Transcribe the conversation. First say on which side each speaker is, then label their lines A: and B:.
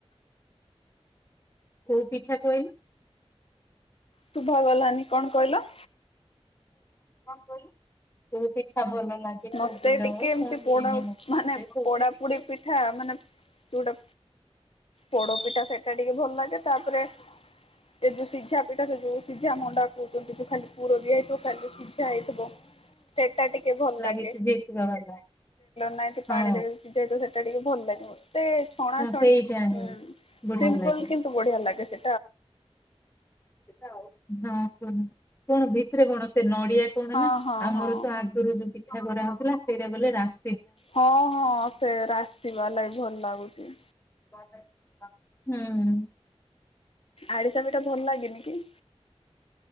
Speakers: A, on the left; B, on the left.
A: କୋଉ ପିଠା କହିଲ?
B: ଶୁଭା ଗଲାନି କଣ କହିଲ?
A: କୋଉ ପିଠା ଭଲ ଲାଗେ
B: ମତେ
A: କହିଲ
B: ଟିକେ ଏମତି
A: ଶୁଣିଲିନି
B: ପୋଡ
A: ମୁଁ ଠିକ୍
B: ମାନେ
A: ସେ କହୁଚି।
B: ପୋଡାପୋଡି ପିଠା ମାନେ ଯୋଉଟା ପୋଡପିଠା ସେଟା ଟିକେ ଭଲ ଲାଗେ। ତାପରେ ସେ ଯୋଉ ସିଝା ପିଠା ସେ ଯୋଉ ସିଝା ମଣ୍ଡା କହୁଛନ୍ତି ଯୋଉ ଖାଲି ପୁର ଦିଆ ହେଇଥିବ ସିଝା ହେଇଥିବ ସେଟା ଟିକେ ଭଲ ଲାଗେ।
A: ସିଝେଇ ଥିବା ବାଲା।
B: ଏମତି ପାଣିରେ
A: ହଁ
B: ସିଝା ହେଇଥିବ ସେ ଟିକେ ଭଲ ଲାଗିବ। ଏତେ ଛଣା
A: ହଁ
B: ଛଣା
A: ସେଇଟା
B: ହୁଁ
A: ହିଁ ବଢିଆ
B: ସିମ୍ପଲ
A: ଲାଗେ।
B: କିନ୍ତୁ ବଢିଆ ଲାଗେ ସେ।
A: ହଁ। ହ କଣ ଭିତରେ କଣ ସେ ନଡିଆ କଣ
B: ହଁ
A: ନା
B: ହଁ
A: ଆମର
B: ହଁ
A: ତ ଆଗରୁ ଯୋଉ ପିଠା କରା ହଉଥିଲା ସେଇଟା ଗଲେ ରାସ୍
B: ହଁ ହଁ ସେ ରାଶି ବାଲା ଭଲ ଲାଗୁଛି।
A: <unintelligible> ହୁଁ।
B: ଆରିସା ପିଠା ଭଲ ଲାଗେନି କି?